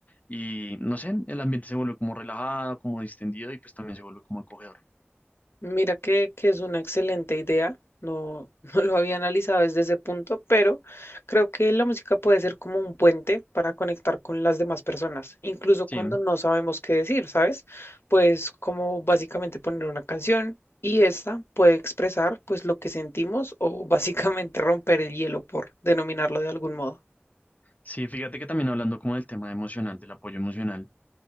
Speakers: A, on the left; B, on the left.
A: y, no sé, el ambiente se vuelve como relajado, como distendido y pues también se vuelve como acogedor.
B: Mira que, que es una excelente idea. No, <laughs> no lo había analizado desde ese punto, pero creo que la música puede ser como un puente para conectar con las demás personas, incluso cuando
A: Sí,
B: no sabemos qué decir, ¿sabes? Pues como básicamente poner una canción y esta puede expresar pues lo que sentimos o <laughs> básicamente romper el hielo por denominarlo de algún modo.
A: sí, fíjate que también hablando como del tema emocional, del apoyo emocional.